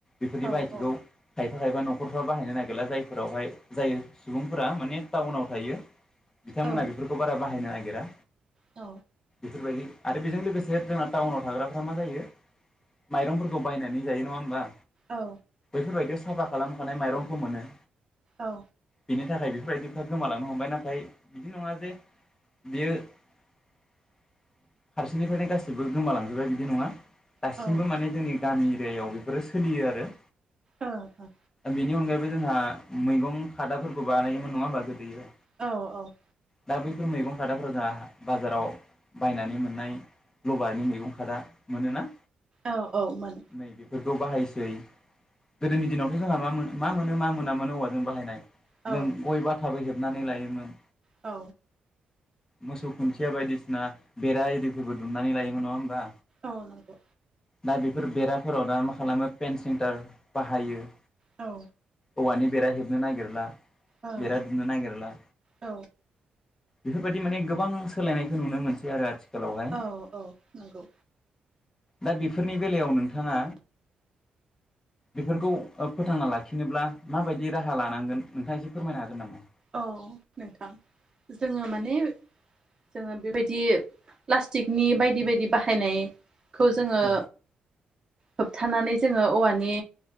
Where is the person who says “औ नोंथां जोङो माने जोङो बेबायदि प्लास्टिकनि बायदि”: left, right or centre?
Right